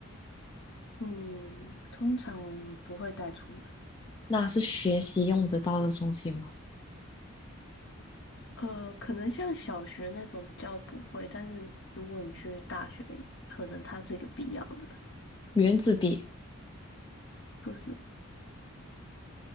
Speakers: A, on the left; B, on the left.
A: 嗯，通常不会带出门。
B: 那是学习用得到的东西吗？
A: 呃，可能像小学那种比较不会，但是如果你去大学，可能它是一个必要的，
B: 原子笔、
A: 不是